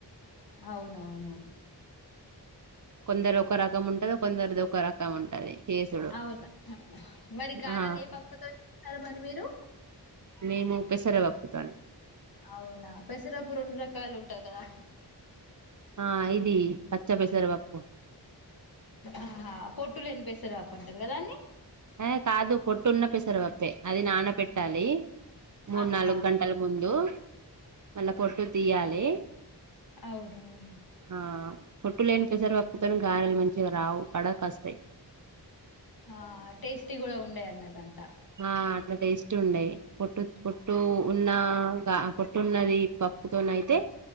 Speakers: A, on the left (about 55°); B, on the right (about 45°).
A: అవును అవును
B: కొందరు ఒక రకం ఉంటది కొందరిది ఒక రకం ఉంటుది చేసుడు
A: అవునా మరి గారాలు
B: ఆ
A: ఏ పప్పుతో చేస్తారు మరి మీరు
B: మేము ఒక్కేసర ఒప్పుతోని,
A: అవునా పెసరపు రెండు రకాలు ఉంటది కదా
B: ఆ ఇది పచ్చ పెసర పప్పు
A: ఆహహ పొట్టు లేని పెసరపప్పు అంటారు కదా దాన్ని
B: హేయ్ కాదు పొట్టు ఉన్న పెసరపప్పె అది నాన్న పెట్టి పెట్టాలి మూడు
A: ఆహా
B: నాలుగు గంటల ముందు మళ్ళా పొట్టు తీయాలి
A: అవునవును
B: ఆ పొట్టు లేని పెసర్ పప్పుతోని గారెలు మంచిగా రావు కడా కా వస్తాయి
A: ఆ టేస్టీ కూడా ఉండే అన్నదంతా
B: ఆ అట్లా టేస్ట్ ఉండయి పొట్టు పొట్టు ఉన్నగా ఆ పొట్టు ఉన్నది పప్పుతోనయితే